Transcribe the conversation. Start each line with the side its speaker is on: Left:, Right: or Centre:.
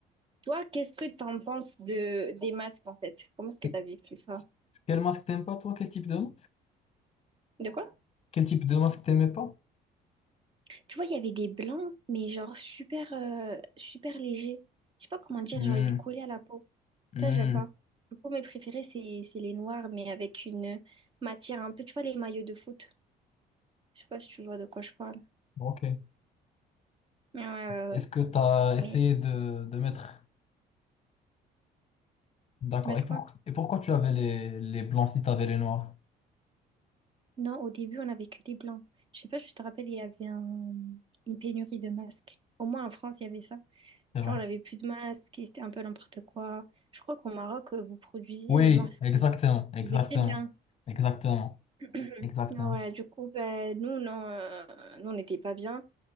Right: Toi, qu'est-ce que t'en penses de, des masques, en fait? Comment est-ce que
Left: C'est-
Right: t'as vécu ça?
Left: Quel masque t'aimes pas, toi? Quel type de masque?
Right: De quoi?
Left: Quel type de masque t'aimais pas?
Right: Tu vois, il y avait des blancs, mais genre super, euh, super légers. Je sais pas comment dire,
Left: Hmm,
Right: genre, ils collaient à la peau.
Left: hmm,
Right: Ça, j'aime pas. Du coup, mes préférés, c'est, c'est les noirs, mais avec une matière un peu, tu vois, les maillots de foot. Je sais pas si tu vois de quoi je parle.
Left: ok.
Right: Ouais, ouais, ouais.
Left: Est-ce que tu as essayé
Right: ouais.
Left: de, de mettre... D'accord.
Right: Il y en
Left: Et, pour- et pourquoi tu avais les, les blancs si tu avais les noirs?
Right: Non, au début, on avait que les blancs. Je sais pas si tu te rappelle, il y avait un- une pénurie de masques. Au moins en France, il y avait ça.
Left: C'est
Right: Genre,
Left: vrai.
Right: on avait plus de masques et c'était un peu n'importe quoi. Je crois qu'au Maroc, euh, vous produisiez
Left: Oui,
Right: les masques,
Left: exactement,
Right: c'est ça?
Left: exactement,
Right: Vous étiez bien.
Left: exactement,
Right: <clears throat>
Left: exactement.
Right: Ouais, du coup, ben, nous, non, euh, nous, on n'était pas bien.